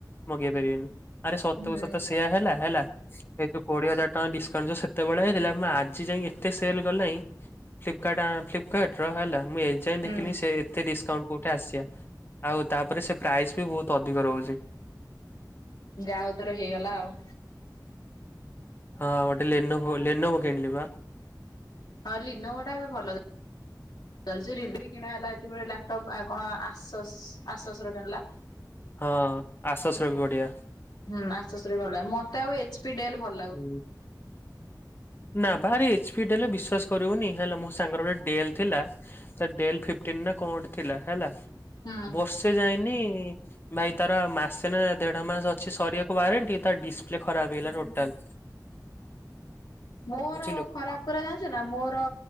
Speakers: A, on the left; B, on the left.
A: ମଗେଇ ପାରିବିନି। ଆରେ ସତକୁ
B: ହୁଁ
A: ସତ ସେୟା ହେଲା -ହେଲା। ଏଇ ଯଉ କୋଡିଏ ହଜାର୍ ଟଙ୍କା ଡିସକାଉଣ୍ଟ୍ ଯଉ ସେତେବେଳେ ହେଇଥିଲା ମୁଁ ଆଜି ଯାଇ ଏତେ ସେଲ୍ <unintelligible> ଫ୍ଲିପକାର୍ଟ ଆ-ଫ୍ଲିପକାର୍ଟ୍ ର ହେଲା ମୁଁ ଏଯାଏଁ
B: ହୁଁ
A: ଦେଖିନି ସେ ଏତେ ଡିସକାଉଣ୍ଟ୍ କଉଠି ଆସିବା ଆଉ ତାପରେ ସେ ପ୍ରାଇସ୍ ବି ବହୁତ୍ ଅଧିକ ରହୁଚି।
B: ଯାହଉ ତାର ହେଇଗଲା ଆଉ।
A: ହଁ ଗୋଟେ ଲେନୋଭୋ -ଲେନୋଭୋ କିଣିଲି ବା।
B: ହଁ ଲିନୋଭା ଟା ଏବେ ଭଲ ଚାଲୁଚି। ଚାଲିଚି ରିଡଭି କିଣା ହେଲା ହେତିକିବେଳେ ଲାପଟପ୍ ଆଉ କଣ ଆସସ୍- ଆସସ୍ ର କିଣିଲା।
A: ହଁ ଆସସ୍ ର ବି ବଢିଆ।
B: ହୁଁ ଆସସ୍ ଭଲ ମତେ ଆଉ ଏଚ୍ ପି ଡେଲ୍ ଭଲ୍
A: ହୁଁ। ନା ଭାରି ଏଚ୍ ପି ଡେଲ୍ ବିଶ୍ଵାସ କରିବୁନି ହେଲା ମୋ ସାଙ୍ଗର ଗୋଟେ ଡି ଏଲ୍ ଥିଲା ସେ ଡେଲ୍ ଫିପ୍ଟିନ୍ ନା କଣ ଗୋଟେ ଥିଲା ହେଲା
B: ହୁଁ।
A: ବର୍ଷେ ଯାଇନି ଭାଇ ତାର ମାସେ ନା ଦେଢ ମାସ ଅଛି ସରିବାକୁ ୱାରେଣ୍ଟି ତାର ଡିସପ୍ଲେ ଖରାପ୍ ହେଇଗଲା ଟୋଟାଲ୍।
B: ମୋର
A: ବୁଝିଲୁ।
B: ଖରାପ୍ ଜାଣିଚୁ ନା ମୋର